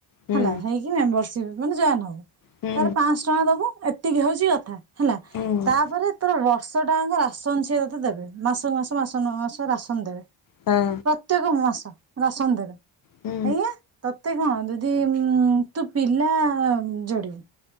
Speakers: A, on the left (about 50°); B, on the right (about 35°).
A: ହୁଁ
B: ହେଲା ହେଇକି ମେମ୍ବର ମାନେ ଜଏନ ହବୁ
A: ହୁଁ
B: ତାହଲେ ପାଞ୍ଚଶହ ଟଙ୍କା ଦବୁ ଏତିକି ହଉଛି କଥା ହେଲା
A: ହୁଁ
B: ତାପରେ ତ ବର୍ଷ ଟାଆଙ୍କ ରାସନ ସିଏ ତତେ ଦେବେ ମାସକୁ ମାସ ମାସକୁ ମାସ ରାସନ ଦେବେ।
A: ହଁ।
B: ପ୍ରତ୍ୟେକ ମାସ ରାସନ ଦେବେ।
A: ହୁଁ
B: ଏଇଆ ତତେ କଣ ଜଦି ଉ ତୁ ପିଲା ଯୋଡ଼ିବୁ।